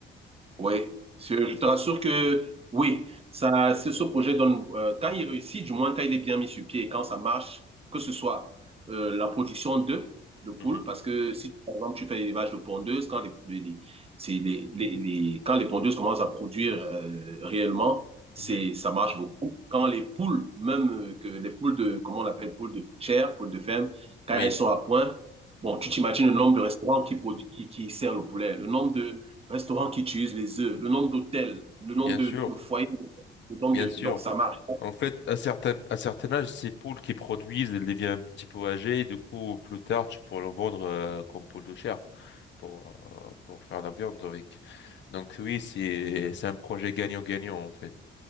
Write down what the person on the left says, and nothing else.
Mhm,
mhm.
Oui,
Mhm.
bien
sûr,
bien
sûr.
En fait, à certain, à certain âge, ces poules qui produisent, elles deviennent un petit peu âgées, et du coup, plus tard, tu pourras le vendre euh, comme poule de chair pour, euh, pour faire la viande avec. Donc oui, c'est, c'est un projet gagnant-gagnant, en fait.